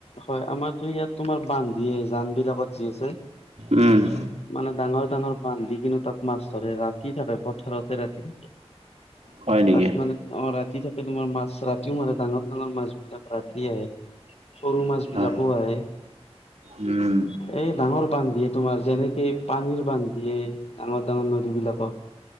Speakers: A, on the left; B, on the right.
A: হয় আমাৰতো ইয়াত তোমাৰ বান্ধ দিয়ে জান বিলাকত যি আছে
B: উম
A: মানে ডাঙৰ ডাঙৰ বান্ধি কিন্তু তাত মাছ ধৰে ৰাতি থাকে পথাৰতে ৰাতি থাকে
B: হয় নেকি?
A: তাত মানে অ ৰাতি থাকে তোমাৰ মাছ ৰাতিও মাৰে ডাঙৰ ডাঙৰ মাছ বিলাক ৰাখতি আহে সৰু মাছ বিলাকো
B: হয়।
A: আহে
B: উম,
A: এই ডাঙৰ বান্ধ দিয়ে তোমাৰ যেনেকে পানীৰ বান্ধিয়ে ডাঙৰ ডাঙৰ নদীবলাকত